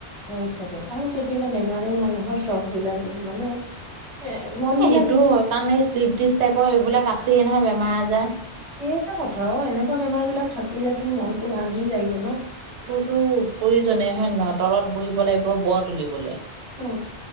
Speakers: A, in the centre; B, on the right (about 75°).
A: হয় চাগৈ আৰু কেতিয়াবা বেমাৰেও মানুহৰ চখ বিলাক মানে এ মন
B: সেইটোও
A: বিলাক
B: হয়। কাৰণ এই শ্লিপ ডিচ টাইপৰ সেইবিলাক আছেই নহয় বেমাৰ আজাৰ।
A: সেইটো কথা অ এনেকুৱা বেমাৰ বিলাক থাকিলেটো মনটো ভাঙি যায় ন।
B: টো প্ৰয়োযনে হয় নে নহয়, তলত বহিব লাগিব ব তুলিবলৈ।
A: হু